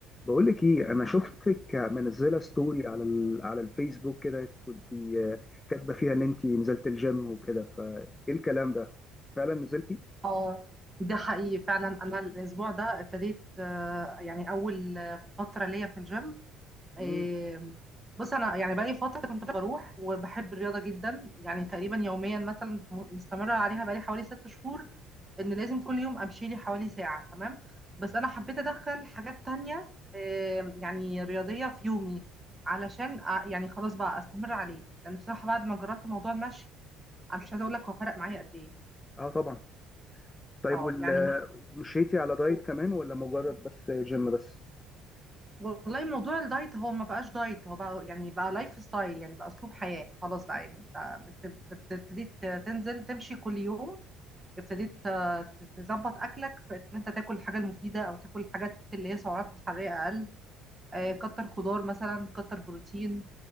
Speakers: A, on the left; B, on the right.
A: بقول لك ايه انا شفتك منزله ستوري على ال... على الفيسبوك كده كنت كاتبه فيها ان انت نزلت الجيم وكده فايه الكلام ده فعلا نزلتي
B: اه ده حقيقي فعلا انا الاسبوع ده ابتديت آه، يعني اول آه، فتره ليا في الجيم آم،
A: امم
B: بص انا يعني بقالي فتره كنت بروح وبحب الرياضه جدا يعني تقريبا يوميا مثلا مستمره عليها بقالي حوالي ست شهور ان لازم كل يوم امشي لي حوالي ساعه تمام بس انا حبيت ادخل حاجات تانية آم، يعني رياضيه في يومي علشان آه، يعني خلاص بقى استمر عليه لان بصراحه بعد ما جربت موضوع المشي انا مش عايزه اقول لك هو فرق معايا قد ايه
A: اه طبعا طيب
B: اه
A: وال...
B: يعني
A: ومشيتي على دايت
B: مش
A: كمان ولا مجرد بس جيم بس
B: والله موضوع الدايت هو ما بقاش دايت هو بقى يعني بقى لايف ستايل يعني بقى اسلوب حياة خلاص بقى يعني انت بت- بت- ابتديت تنزل تمشي كل يوم ابتديت ت- ت- تظبط اكلك في ان انت تاكل الحاجة المفيدة او تاكل الحاجات اللي هي سعراتها الحرارية اقل آه، كتر خضار مثلا كتر بروتين